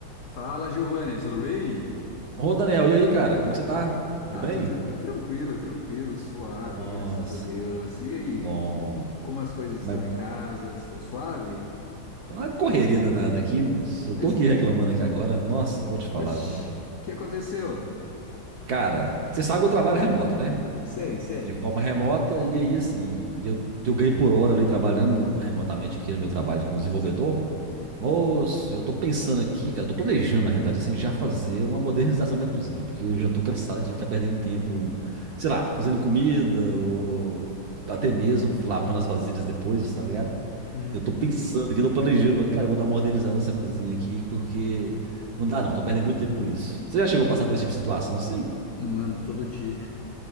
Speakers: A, on the left (about 75°); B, on the right (about 65°).
A: Fala, Giovanni, tudo bem?
B: Ô, Daniel, e aí, cara? Como é que você tá? Tudo
A: Ah,
B: bem?
A: tô tra- tranquilo, tranquilo, suave,
B: Nossa,
A: graças a Deus. E aí,
B: bom, bom.
A: como as coisas estão
B: Como é que-
A: em casa? Estão suave?
B: Tá uma correria danada aqui, moço.
A: Mas,
B: Eu tô aqui reclamando aqui agora. Nossa, vou te
A: oxi,
B: falar, viu?
A: o que aconteceu?
B: Cara, você sabe que eu trabalho remoto, né?
A: Sei, sei.
B: De forma remota, e aí, assim, eu, eu ganho por hora ali trabalhando remotamente aqui no meu trabalho como desenvolvedor.
A: Hum.
B: Moço, eu tô pensando aqui, cara, eu tô planejando, na realidade, assim, já fazer uma modernização da minha cozinha, porque eu já tô cansado de ficar perdendo tempo, sei lá, fazendo comida, ou até mesmo lavando as vasilhas depois, tá ligado?
A: Uhum.
B: Eu tô pensando aqui, tô planejando, falei, cara, eu vou dar uma organizada nessa cozinha aqui, porque não dá não, tô perdendo muito tempo com isso. Você já chegou a passar por esse tipo de situação? Sim.
A: Mano, todo dia.